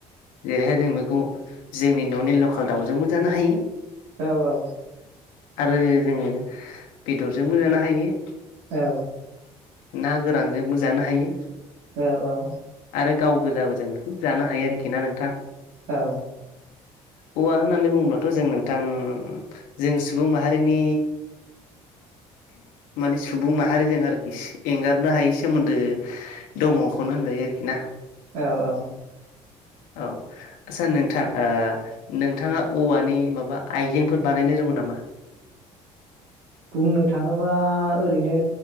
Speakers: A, on the left (about 80°); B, on the right (about 80°).
A: जेरैहाय जों बेखौ जोंनि न'नि लकेल दाउजोंबो जानो हायो।
B: औ औ।
A: आरो जोङो बेदरजोंबो जानो हायो।
B: औ।
A: ना गोरानजोंबो जानो हायो।
B: औ औ।
A: आरो गाव गोजाबो जों बेखौ जानो हायो आरोखि ना नोंथां।
B: औ।
A: औवा होननानै बुङोब्लाथ' जों नोंथां जों सुबुं माहारिनि माने सुबुं माहारिजों आरोखि एंगारनो हायै सोमोन्दो दङखौनो होनजायो आरोखि ना।
B: औ औ।
A: औ। आटचा नोंथां ओ नोंथाङा औवानि माबा आइजेंफोर बानायनो रोंगौ नामा?
B: बुंनो थाङोबा ओरैनो